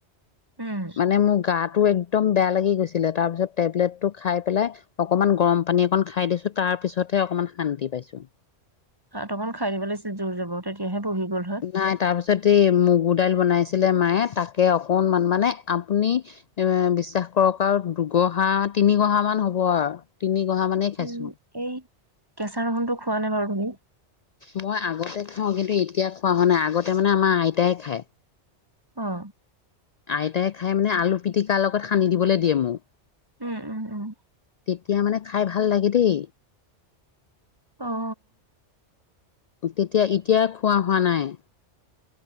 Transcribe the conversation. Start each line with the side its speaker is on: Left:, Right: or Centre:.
Right: উম
Left: মানে মোৰ গাত তটো একদম বেয়া লাগি গৈছিলে। তাৰ পিছত টেবলেটটো খাই পেলাই অকমান গৰম পানী অকন খাই দিছোঁ । তাৰ পিছতহে অকমান শান্তি পাইছোঁ।
Right: ভাত অকন খাই দিব লাগিছিলে । জোৰ যাব তেতিয়াহে বহি গ'ল হয়।
Left: নাই । তাৰপিছতেই মুগু দাইল বনাইছিলে মায়ে । তাকে অকনমান মানে আপুনি বিশ্বাস কৰক আৰু দুগহা তিনি গহা মান হ'ব আৰু । তিনি গহা মানেই খাইছোঁ।
Right: উম, এই কেঁচা ৰহুনটো খোৱা নে বাৰু তুমি?
Left: মই আগতে খাওঁ। কিন্তু এতিয়া খোৱা হোৱা নাই। আগতে মানে আমাৰ আইতাই খায়।
Right: অ'।
Left: এটাই খাই মানে আলু পিটিকাৰ লগত সানি দিবলৈ দিয়ে মোক।
Right: উম-উম-উম।
Left: তেতিয়া মানে খাই ভাল লাগে দেই।
Right: অ'।
Left: তেতিয়া - এতিয়া খোৱা হোৱা নাই।